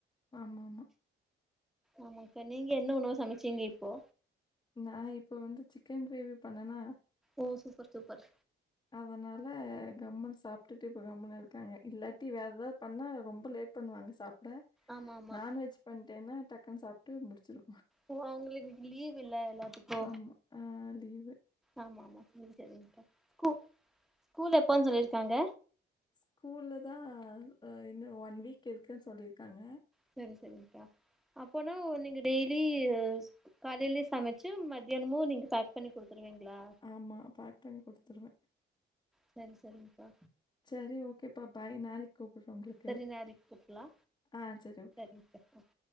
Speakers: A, on the left; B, in the centre.
A: ஆமாமா
B: ஆமாக்கா நீங்க என்ன உணவு சமைச்சீங்க இப்போ
A: நா இப்போ வந்து சிக்கன் கிரேவி பண்ணனா
B: ஓ சூப்பர் சூப்பர்
A: அதனால கம்மன் சாப்டுட்டு இப்ப கம்மன் இருக்காங்க இல்லாட்டி வேறுதாவ் பண்ணா ரொம்ப லேட் பண்வாங்க சாப்ட
B: ஆமா ஆமா
A: நான்வெஜ் பண்டேன்னா டக்குனு சாப்ட்டு முடிச்சிரு
B: ஓ அவுங்களுக்கு இன்னிக்கி லீவ்ல்ல எல்லாத்துக்கு
A: ஆமா. ஆ லீவு
B: ஆமாமா செரி செரிங்க்கா கூ ஸ்கூல் எப்பன் சொல்லியிருக்காங்க
A: ஸ்கூல் தா இன்னு ஒன் வீக் இருக்குன் சொல்லியிருக்காங்க
B: செரி செரிங்க்கா அப்போனா நீங்க டெய்லி காலையில சமைச்சு மத்தியானமு நீங்க பேக் பண்ணி குடுத்துருவீங்களா
A: ஆமா பேக் பண்ணி குடுத்துருவே
B: செரி செரிங்க்கா
A: சேரி ஓக்கேப்பா பாய் நாளைக்கி கூப்புட்ற ஒங்களுக்கு
B: சரி நாளைக்கு கூப்பலா
A: ஆ சேரி ஓகே
B: <unintelligible>